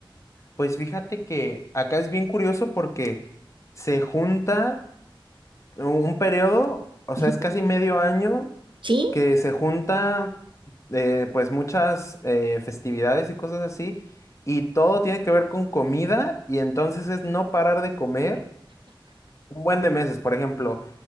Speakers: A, on the left; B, on the right.
A: Pues fíjate que acá es bien curioso porque se junta u- un periodo,
B: <laughs>
A: o sea,
B: Ujú.
A: es casi medio año
B: ¿Sí?
A: que se junta eh, pues muchas eh, festividades y cosas así, y todo tiene que ver con comida, y entonces es no parar de comer Un buen de meses, por ejemplo,